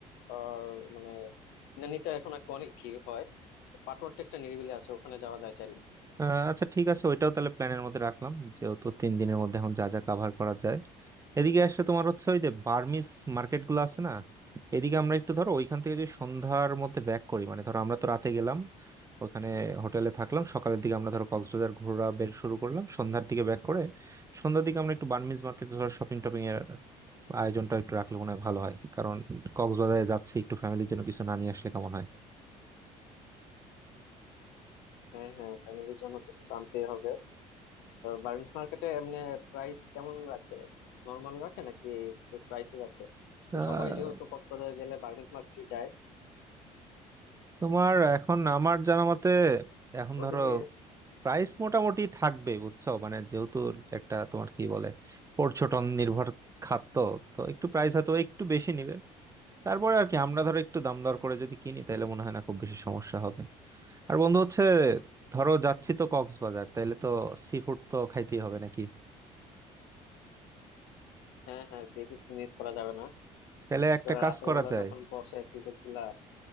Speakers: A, on the left (about 80°); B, on the right (about 20°).
A: আর মানে ইনানিতে এখন নাকি অনেক ভিড় হয় পাটওয়ার টেকটা নিরিবিলি আছে ওখানে যাওয়া যায় চাইলে
B: আহ, আচ্ছা ঠিক আছে ওইটাও তাহলে প্ল্যানের মধ্যে রাখলাম যেহেতু তিন দিনের মধ্যে এখন যা যা কাভার করা যায় এদিকে আসলে তোমার হচ্ছে ওই যে বার্মিস মার্কেট গুলো আছে না এদিকে আমরা একটু ধরো ওইখান থেকে যদি সন্ধ্যার মধ্যে ব্যাক করি মানে ধরো আমরা তো রাতে গেলাম ওখানে হোটেলে থাকলাম সকালের দিকে আমরা ধরো কক্সবাজার ঘোরা বের শুরু করলাম সন্ধ্যার দিকে ব্যাক করে সন্ধ্যার দিকে আমরা একটু বার্মিস মার্কেট ধরো শপিং টপিং এর আয়োজনটা একটু রাখলে মনে হয় ভালো হয় কারণ কক্সবাজারে যাচ্ছি একটু ফ্যামিলির জন্য কিছু না নিয়ে আসলে কেমন
A: হ্যাঁ হ্যাঁ ফ্যামিলির জন্য তো কিছু আনতেই হবে বার্মিজ মার্কেটে এমনি প্রাইস কেমন রাখে নর্মাল রাখে নাকি একটু প্রাইসই রাখে তো
B: হয়
A: সবাই যেহেতু কক্সবাজার গেলে বার্মিজ মার্কেটে যায়
B: তোমার এখন আমার জানা মতে এখন
A: ওদিকে
B: ধরো প্রাইস মোটামুটি থাকবে বুঝছো মানে যেহেতু একটা তোমার কি বলে পর্যটন নির্ভর খাত তো তো একটু প্রাইস হয়তো একটু বেশি নিবে তারপরে আর কি আমরা ধরো একটু দাম দর করে যদি কিনি তাহলে মনে হয় না খুব বেশি সমস্যা হবে আর বন্ধু হচ্ছে ধরো যাচ্ছি তো কক্সবাজার তাহলে তো সি ফুড তো খাইতেই হবে নাকি
A: হ্যাঁ হ্যাঁ সি ফুড মিস করা যাবে না
B: তাহলে
A: বিশেষ
B: একটা
A: করে
B: কাজ
A: রাতের
B: করা
A: বেলা
B: যায়
A: যখন বসে সি ফুড গুলা